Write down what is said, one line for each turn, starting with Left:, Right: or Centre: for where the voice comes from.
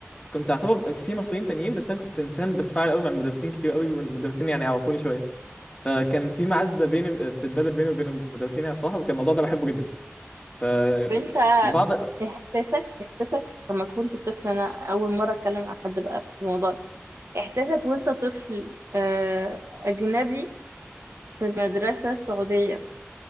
Left: كنت اعتبر في مصريين تانيين بس انا كنت انسان بتفاعل قوي مع المدرسين كتير قوي والمدرسين يعني عرفوني شويه فكان في معزه بيني بتتبادل بيني وبين المدرسين يعني بصراحه وكان الموضوع ده بحبه جدا ف
Right: طب انت
Left: بعض
Right: احساسك احساسك لما كنت طفل انا اول مره اتكلم مع حد بقى في الموضوع ده. احساسك وانت طفل آه، اجنبي في المدرسة السعودية